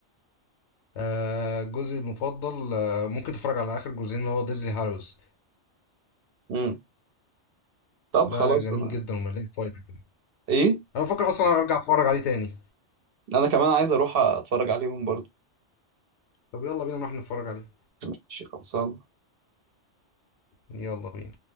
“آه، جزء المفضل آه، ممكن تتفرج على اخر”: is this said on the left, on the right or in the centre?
Left